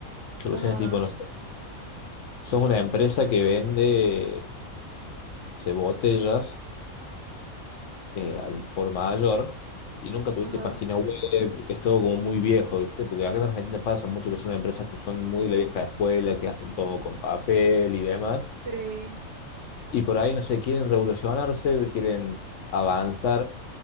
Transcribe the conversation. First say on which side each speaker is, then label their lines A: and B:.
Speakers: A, on the left; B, on the right.
A: Soluciones
B: Ajá,
A: tipo, no sé, sos una empresa que vende, no sé, botellas eh, al por mayor y nunca tuviste
B: ajá.
A: página web, es todo como muy viejo, ¿viste? Porque acá en Argentina pasa mucho que son empresas que son muy de la vieja escuela, que hacen todo con papel y demás,
B: Sí.
A: y por ahí, no sé, quieren revolucionarse, quieren avanzar